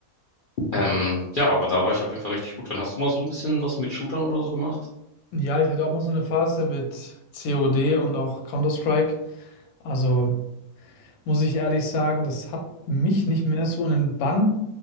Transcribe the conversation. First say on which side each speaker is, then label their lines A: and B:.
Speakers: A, on the left (about 70°); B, on the left (about 85°).
A: Ähm, ja, aber da war ich auf jeden Fall richtig gut drin. Hast du mal so ein bisschen was mit Shootern oder so gemacht?
B: Ja, ich hatte auch mal so eine Phase mit COD und auch Counter-Strike. Also muss ich ehrlich sagen, das hat mich nicht mehr so in den Bann